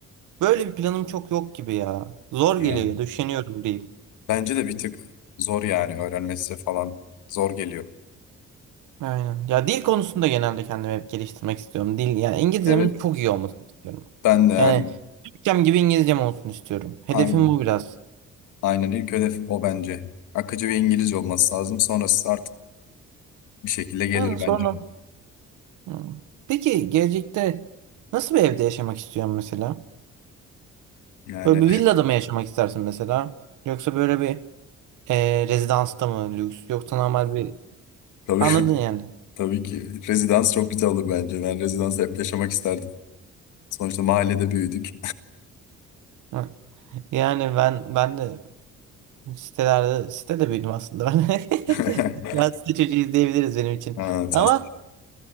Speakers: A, on the right; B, on the left.
A: böyle bir planım çok yok gibi ya. Zor
B: Ya,
A: geliyor ya da üşeniyorum diyeyim.
B: Bence de bir tık zor yani öğrenmesi falan zor geliyor.
A: Aynen. Ya dil konusunda genelde kendimi hep geliştirmek istiyorum. Dil yani İngilizcemin
B: Evet.
A: çok iyi olmasını istiyorum.
B: Ben de yani
A: Yani Türkçem gibi İngilizcem olsun istiyorum. Hedefim
B: aynen.
A: bu biraz.
B: Aynen ilk hedef o bence. Akıcı bir İngilizce olması lazım. Sonrası artık bir şekilde gelir
A: Yani sonra
B: bence.
A: Hı. Peki gelecekte nasıl bir evde yaşamak istiyorsun mesela?
B: Yani
A: Böyle bir villada mı yaşamak istersin mesela? Yoksa böyle bir e, rezidansta mı lüks? Yoksa normal bir
B: Tabii,
A: anladın yani.
B: <laughs> tabii ki. Rezidans çok güzel olur bence. Ben rezidansı hep yaşamak isterdim. Sonuçta mahallede büyüdük.
A: Hı. Yani ben ben de sitelerde sitede büyüdüm aslında ben.
B: <laughs>
A: <laughs> Biraz site çocuğuyuz diyebiliriz benim için.
B: Ha, sen,
A: Ama